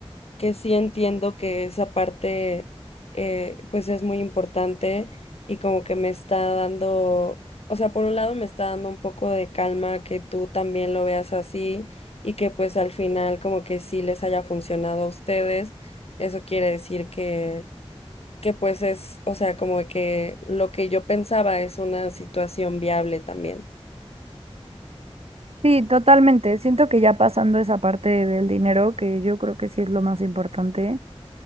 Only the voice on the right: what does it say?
Sí, totalmente. Siento que ya pasando esa parte del dinero, que yo creo que sí es lo más importante,